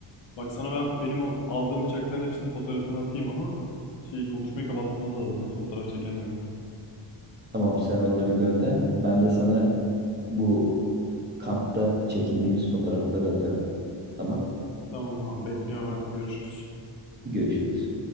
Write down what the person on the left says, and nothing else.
Bak sana ben benim o aldığım bıçakların hepsinin fotoğrafını atayım ama şeyi konuşmayı kapatmamız lazım yoksa fotoğraf çekemiyorum.
Tamam abi bekliyorum hadi görüşürüz.